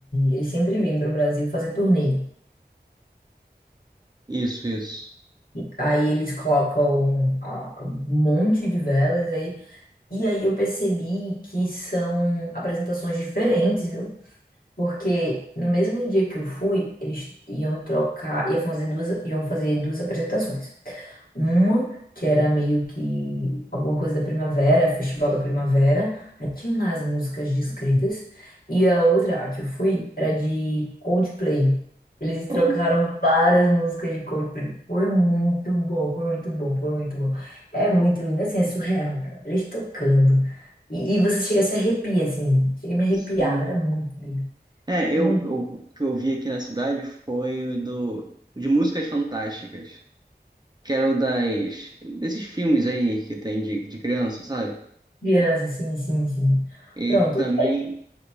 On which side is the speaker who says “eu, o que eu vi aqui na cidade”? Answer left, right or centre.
Right